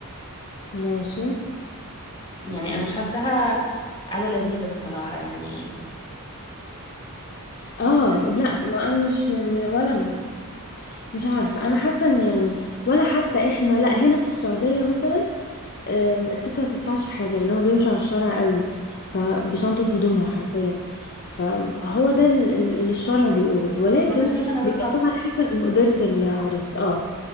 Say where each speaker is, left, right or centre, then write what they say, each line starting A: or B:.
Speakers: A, on the left (about 45°); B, on the left (about 20°).
A: ماشي
B: يعني انا مش حاساها عادة لذيذة الصراحة يعني
A: اه
B: مش حلو
A: لا ما انا مش ولا انا مش عارفه انا حاسه ان يعني ولا حتى احنا لا هنا في السعوديه مثلا أم، الست ما بتدفعش حاجة لأنهم بيمشوا على الشارع قوي فبشنطة هدومها حرفيا فهو ده ال- ال- اللي الشرع بيقوله ولكن
B: انا شايفة ان
A: بيبقى
B: ده صح
A: طبعا حسب مقدرة العريس اه